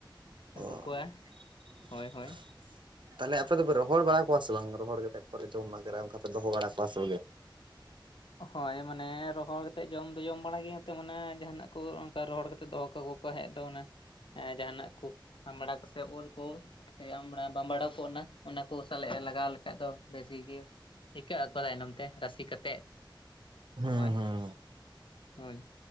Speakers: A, on the right; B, on the left.
A: ᱚᱻ
B: ᱟᱹᱜᱩ ᱠᱚᱣᱟ ᱦᱳᱭ ᱦᱳᱭ
A: ᱛᱟᱦᱚᱞᱮ ᱟᱯᱮ ᱫᱚᱯᱮ ᱨᱚᱦᱚᱲ ᱵᱟᱲᱟ ᱠᱚᱣᱟ ᱥᱮ ᱵᱟᱝ ᱨᱚᱦᱚᱲ ᱠᱟᱛᱮᱫ ᱯᱚᱨᱮ ᱡᱚᱢ ᱵᱟᱟᱜᱮᱨᱟ ᱚᱱᱠᱟ ᱯᱮ ᱫᱚᱦᱚ ᱵᱟᱲᱟ ᱠᱚᱣᱟ ᱥᱮ
B: ᱦᱳᱭ ᱢᱟᱱᱮ ᱨᱚᱦᱚᱲ ᱠᱟᱛᱮᱫ ᱡᱚᱢ ᱫᱚ ᱡᱚᱢ ᱵᱟᱲᱟ ᱜᱮᱚᱛ ᱢᱟᱱᱮ ᱡᱟᱦᱟᱸᱱᱟᱜ ᱠᱩ ᱚᱠᱟ ᱨᱚᱦᱚᱲ ᱠᱟᱛᱮ ᱫᱚᱦᱚ ᱠᱟᱠᱚ ᱠᱚᱣᱟ ᱦᱮᱡ ᱫᱚ ᱚᱱᱟ ᱮ ᱡᱟᱦᱟᱸᱱᱟᱜ ᱠᱩ ᱟᱢᱵᱟᱲᱟ ᱠᱩ ᱥᱮ ᱩᱞ ᱠᱩ ᱥᱮ ᱟᱢᱵᱟᱲᱟ ᱵᱟᱢᱵᱟᱲᱟᱣ ᱠᱚᱜ ᱚᱱᱟ ᱠᱚ ᱥᱟᱞᱟᱜ ᱞᱟᱜᱟᱣ ᱞᱮᱠᱷᱟᱡ ᱫᱚ ᱵᱮᱥ ᱜᱮ ᱤᱠᱟᱹ ᱟᱠᱚ ᱛᱟᱭᱱᱚᱢ ᱛᱮ ᱨᱟᱹᱥᱤ ᱠᱟᱛᱮᱫ
A: ᱦᱩᱸ
B: ᱦᱳᱭ
A: ᱦᱩᱸ
B: ᱦᱳᱭ